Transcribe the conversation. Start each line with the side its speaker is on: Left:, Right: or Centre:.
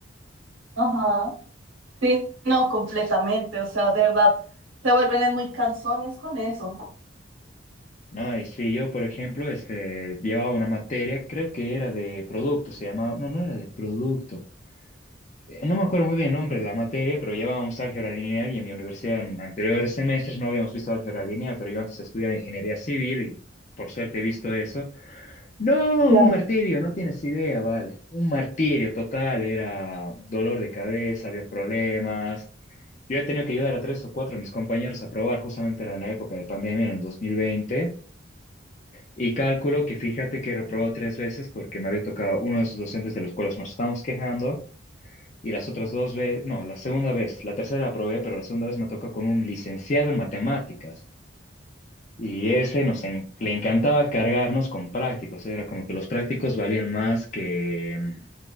Right: Ajá. Sí, no, completamente. O sea, de verdad, te vuelven muy cansones con eso.
Left: no y sí, yo, por ejemplo, este, llevaba una materia, creo que era de producto, se llamaba, no, no era de producto. Eh, No me acuerdo muy bien el nombre de la materia, pero llevábamos álgebra lineal y en mi universidad en anteriores semestres no habíamos visto álgebra lineal, pero yo antes estudiaba ingeniería civil y por suerte he visto eso. No,
Right: Claro.
Left: un martirio, no tienes idea, vale. Un martirio total, era dolor de cabeza, había problemas. Yo he tenido que ayudar a tres o cuatro de mis compañeros a probar, justamente era en la época de pandemia, en el 2020, y cálculo que fíjate que he reprobado tres veces porque me había tocado uno de esos docentes de los cuales nos estábamos quejando, y las otras dos veces, no, la segunda vez, la tercera la aprobé, pero la segunda vez me toca con un licenciado en matemáticas. Y ese nos en- le encantaba cargarnos con prácticos, era como que los prácticos valían más que, mm,